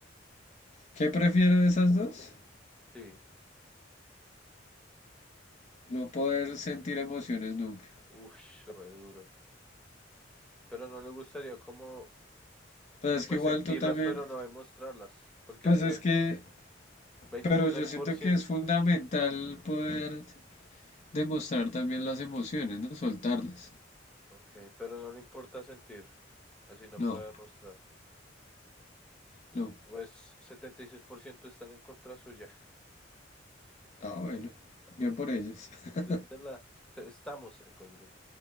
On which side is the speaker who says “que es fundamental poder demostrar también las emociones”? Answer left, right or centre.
Left